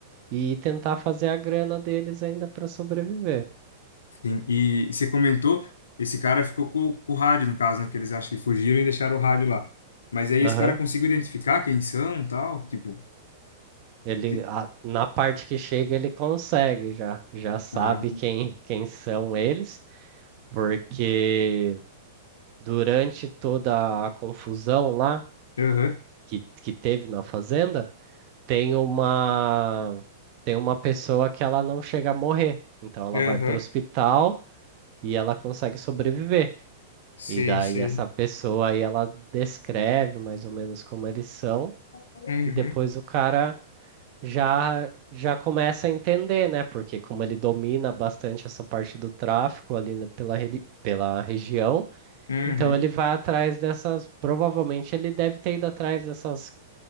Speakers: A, on the right (about 40°); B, on the left (about 65°).
A: e tentar fazer a grana deles ainda para sobreviver.
B: Sim, e você comentou, esse cara ficou com, com o rádio, no caso, né? Que eles acham que fugiram e deixaram o rádio lá. Mas aí
A: Aham.
B: esse cara conseguiu identificar quem são, tal, tipo...
A: Ele,
B: se-
A: a- na parte que chega, ele consegue já, já sabe
B: Ah,
A: quem, quem são eles, porque durante toda a confusão lá
B: aham,
A: que, que teve na fazenda. tem uma tem uma pessoa que ela não chega a morrer. Então ela
B: Aham,
A: vai para o hospital e ela consegue sobreviver.
B: sei,
A: E daí
B: sei.
A: essa pessoa aí ela descreve mais ou menos como eles são
B: Uhum,
A: e depois o cara já já começa a entender, né? Porque como ele domina bastante essa parte do tráfico ali na- pela, reli- pela região,
B: uhum,
A: então ele vai atrás dessas, provavelmente ele deve ter ido atrás dessas